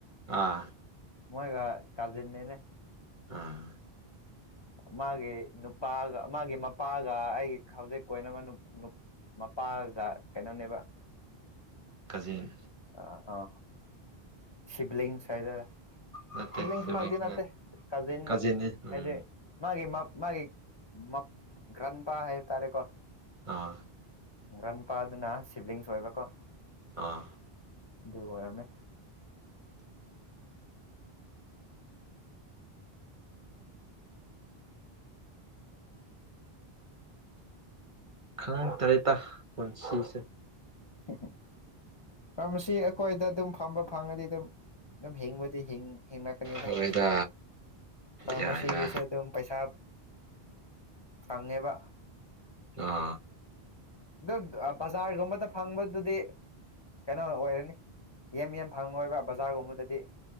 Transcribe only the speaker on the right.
ꯑꯥ
ꯍꯥꯥ
ꯀꯖꯤꯟ
ꯅꯠꯇꯦ
ꯁꯤꯕ꯭ꯂꯤꯡꯁ
ꯅꯠ
ꯀꯖꯤꯟꯅꯤ ꯎꯝ
ꯑꯥ
ꯑꯥ
ꯈꯪ ꯇꯔꯦ ꯇ ꯄꯨꯟꯁꯤꯁꯦ
ꯍꯣꯏꯗ
ꯌꯥꯏꯗ
ꯑ